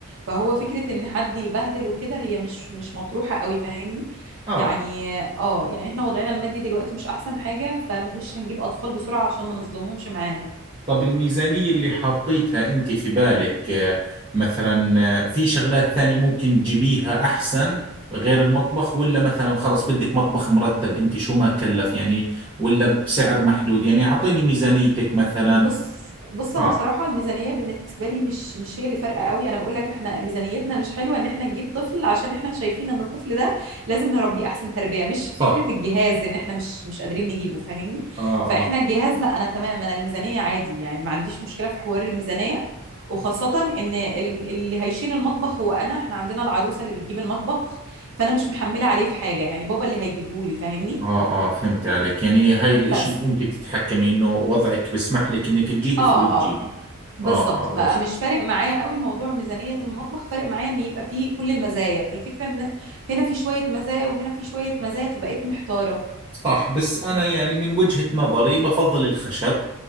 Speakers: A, on the right; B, on the right.
A: فهو فكره ان حد يبهدل وكده هي مش مش مطروحه قوي فاهمني
B: اه
A: يعني اه يعني احنا وضعنا المادي دلوقتي مش احسن حاجه فمش هنجيب اطفال بسرعه عشان ما نظلمهمش معانا
B: طب الميزانية اللي حاطيتها انت في بالك آه، مثلا آه، في شغلات ثانية ممكن تجيبيها احسن غير المطبخ ولا مثلا خلص بدك مطبخ مرتب انت شو ما كلف يعني ولا بسعر محدود يعني اعطيني ميزانيتك مثلا
A: بص بص انا
B: اه
A: بصراحه الميزانيه بالنسبه لي مش مش هي اللي فارقه قوي انا بقول لك احنا ميزانيتنا مش حلوه ان احنا نجيب طفل عشان احنا شايفين ان الطفل ده لازم نربيه احسن تربيه مش
B: صح
A: فكره الجهاز ان احنا مش مش قادرين نجيبه فاهمني
B: اه
A: فاحنا
B: اه
A: الجهاز لا انا تمام انا الميزانيه عادي يعني ما عنديش مشكله في حوار الميزانيه وخاصة ان الم- اللي هيشيل المطبخ هو انا احنا عندنا العروسة اللي بتجيب المطبخ فانا مش محملة عليه في حاجة يعني بابا اللي هيجيبه لي فاهمني
B: اه اه فهمت عليك يعني هاي الاشي
A: بس
B: انت بتتحكمي انه وضعك بسمح لك انك تجيبي
A: اه
B: فبتجيبي
A: آه. بالظبط
B: اه اه وصل
A: فمش فارق معايا قوي موضوع ميزانية المطبخ فارق معايا ان يبقى فيه كل المزايا فالفكرة ان هنا في شوية مزايا وهنا في شوية مزايا فبقيت محتارة
B: صح بس أنا يعني من وجهة نظري بفضل الخشب